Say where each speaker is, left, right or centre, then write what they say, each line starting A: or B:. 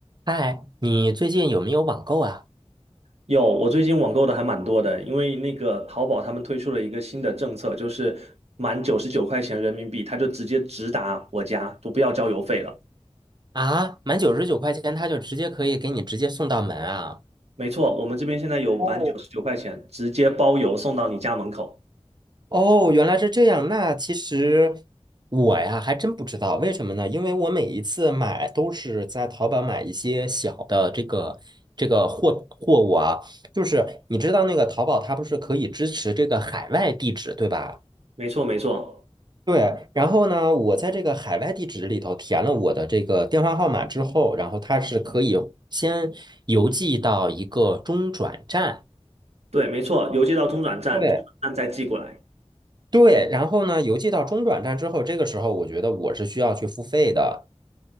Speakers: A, on the right; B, on the right.
A: 嗨，你最近有没有网购啊？
B: 有，我最近网购的还蛮多的，因为那个淘宝他们推出了一个新的政策，就是满九十九块钱人民币，他就直接直达我家，都不要交邮费了。
A: 啊，满九十九块钱，他就直接可以给你直接送到门啊！
B: 没错，我们这边现在有满九十九块钱，
A: 哦
B: 直接包邮送到你家门口。
A: 哦，原来是这样。那其实我呀还真不知道，为什么呢？因为我每一次买都是在淘宝买一些小的这个这个货货物啊，就是你知道那个淘宝它不是可以支持这个海外地址，对吧？
B: 没错，没错，
A: 对，然后呢，我在这个海外地址里头填了我的这个电话号码之后，然后它是可以先邮寄到一个中转站。
B: 对，没错，邮寄到中转站，
A: 对
B: 中转站再寄过来。
A: 对，然后呢，邮寄到中转站之后，这个时候我觉得我是需要去付费的。